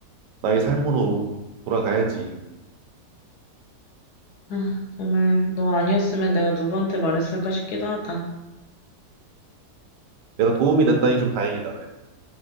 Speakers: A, on the right; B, on the left.
A: 나의 삶으로 돌아가야지.
B: 아, 정말 너 아니었으면 내가 누구한테 말했을까 싶기도 하다.
A: 내가 도움이 됐다니 좀 다행이다, 그래도.